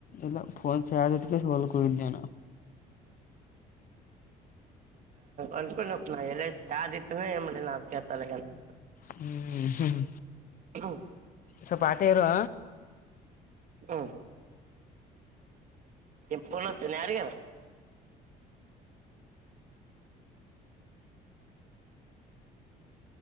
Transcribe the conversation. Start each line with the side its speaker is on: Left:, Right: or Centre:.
Left: ಇಲ್ಲ ಫೋನ್ ಚಾರ್ಜ್ ಇಟ್ಟಕೆಸಿ ಹೋಲಕ ಹೋಗಿದೆ.
Right: ಅಂದುಕೊಂಡೆ ನಾ ಎಲ್ಲೇ ಚಾರ್ಜ್ ಇಟ್ಟನ ಅದಕ್ಕ ಎತವಲ್ಡು ಅಗೆನಾ.
Left: ಹ್ಮ್ ಹ್ಮ್
Right: ಹ್ಮ್
Left: ಸ್ವಲ್ಪ ಅಟ್ಟೆ ಇರು.
Right: ಹಾ ಕೆಪ್ಪಲಸನ್ ಯಾರಿಗೆ